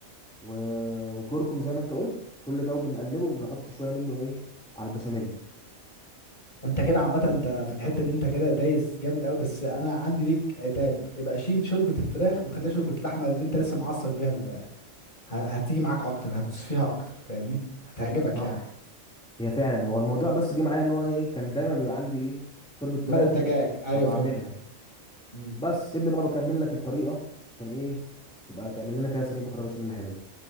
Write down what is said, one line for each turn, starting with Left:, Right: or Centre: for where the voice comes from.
Centre: و... وكركم زي ما انت قلت كل ده وبنقلبه وبنحط شويه منه ايه على البشاميل
Left: انت كده عامه انت في الحته دي انت كده دايس جامد قوي بس انا عندي ليك عتاب يبقى شيل شوربه الفراخ وخليها شوربه اللحمه اللي انت لسه معصق بيها ال- ه- هتيجي معاك اكتر هتدوس فيها اكتر فاهمني هتعجبك
Centre: تصدق صح
Left: يعني
Centre: هي فعلا هو الموضوع بس جه معايا ان هو ايه كان دايما بيبقى عندي ايه شوربه فراخ
Left: مرق الدجاج ايوه
Centre: فبعملها
Left: فهمتك امم
Centre: بس سيبني بقى بكمل لك الطريقه عشان ايه تبقى تعمل لنا كده صينيه مكرونه بشاميل حلو